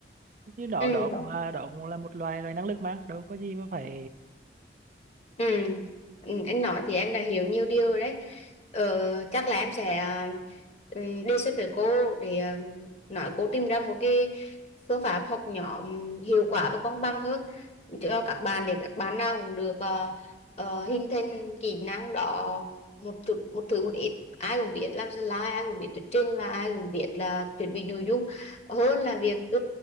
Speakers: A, on the right (about 45°); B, on the left (about 35°).
A: như đó
B: ừ
A: đó cũng là đó cũng là một loài loài năng lực mà đâu có gì mà phải
B: Ừ. ừ, Anh nói thì em đã hiểu nhiều điều rồi đấy. Ờ, chắc là em sẽ ờ, ừ, đề xuất với cô để ờ, nói cô tìm ra một cái phương pháp học nhóm hiệu quả và công bằng hơn cho các bạn để các bạn nào cũng được ờ, ờ, hình thành kỹ năng đó một chút một thứ một ít ai cũng biết làm slide ai cũng biết thuyết trình và ai cũng biết là chuẩn bị nội dung hơn là việc